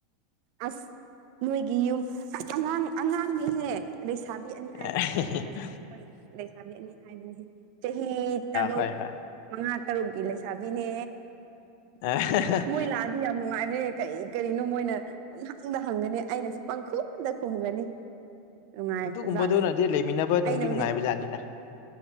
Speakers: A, on the right (about 50°); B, on the left (about 55°).
A: ꯑꯁ ꯅꯣꯏꯒꯤ ꯌꯨꯝ ꯑꯉꯥꯡ ꯑꯉꯥꯡꯅꯤꯍꯦ ꯂꯩꯁꯥꯕꯤ ꯑꯅꯤ
B: ꯑ
A: ꯍꯥꯏꯕ ꯆꯨꯝꯅ ꯁꯨꯝ ꯑꯩꯈꯣꯏ ꯂꯩꯁꯥꯕꯤ ꯑꯅꯤ ꯍꯥꯏꯕꯅꯤ ꯆꯍꯤ ꯇꯔꯨꯛ
B: ꯍꯣꯏ ꯍꯣꯏ
A: ꯃꯉꯥ ꯇꯔꯨꯛꯀꯤ ꯂꯩꯁꯥꯕꯤꯅꯦ
B: ꯑ
A: ꯃꯣꯏ ꯂꯥꯛꯑꯗꯤ ꯌꯥꯝ ꯅꯨꯡꯉꯥꯏꯅꯦ ꯀꯔꯤ ꯀꯔꯤꯅꯣ ꯃꯣꯏꯅ ꯄꯪꯍꯪꯗ ꯍꯪꯒꯅꯤ ꯑꯩꯅꯁꯨ ꯄꯪꯈꯨꯝꯗ ꯈꯨꯝꯒꯅꯤ ꯅꯨꯡꯉꯥꯏꯈ꯭ꯔꯖꯥꯠꯅꯤ
B: ꯑꯗꯨꯒꯨꯝꯕꯗꯨꯅꯗꯤ ꯂꯩꯃꯤꯟꯅꯕ ꯅꯨꯡꯗꯤ
A: ꯑꯩꯅ
B: ꯅꯨꯡꯉꯥꯏꯕꯖꯥꯠꯅꯤꯗ
A: ꯍꯧꯖꯤꯛ